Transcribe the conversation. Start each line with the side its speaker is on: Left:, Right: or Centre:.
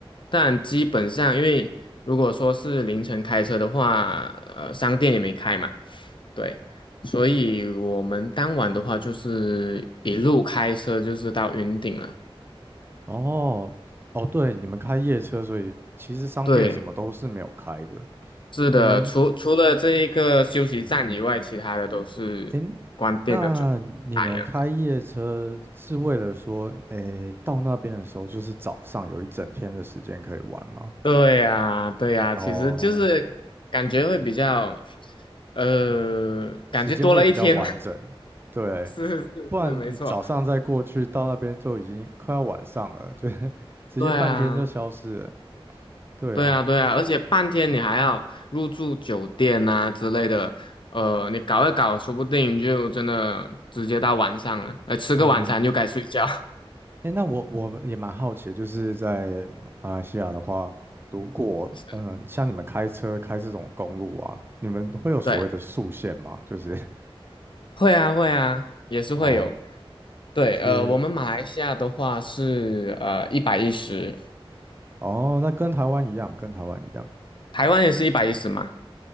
Left: 但基本上，因为如果说是凌晨开车的话，呃，商店也没开嘛，对，所以我们当晚的话就是一路开车就是到云顶了。
Right: 哦，哦，对，你们开夜车，所以其实商店什么都是没有开的。
Left: 对，是的，
Right: 你们，
Left: 除除了这一个休息站以外，其他的都是关店的准打烊的。
Right: 哎，那你们开夜车是为了说，哎，到那边的时候就是早上有一整天的时间可以玩吗？
Left: 对呀，对呀，其实就是感觉会比较，
Right: 哦。
Left: 呃，感觉多了一天嘛。
Right: 时间会比较完整，
Left: <laughs>
Right: 对，
Left: 是是是，
Right: 不然你早上再过去到那边就已经快要晚上了，
Left: 没错。
Right: 就 <laughs> 直接半天就消失了。
Left: 对啊，
Right: 对啊，
Left: 对啊，对啊，而且半天你还要入住酒店啊之类的，呃，你搞一搞，说不定就真的直接到晚上了，哎，吃个晚餐就该睡觉。
Right: 嗯，
Left: <laughs>
Right: 诶，那我我也蛮好奇的，就是在马来西亚的话，如果嗯、
Left: 是，
Right: 呃像你们开车开这种公路啊，你们会有所谓的速限吗？
Left: 对，
Right: 就是 <laughs>
Left: 会啊，会啊，也是会有。
Right: 哦
Left: 对，
Right: 是
Left: 呃，我们马来西亚的话是呃一百一十，
Right: 哦，那跟台湾一样，跟台湾一样，
Left: 台湾也是一百一十嘛。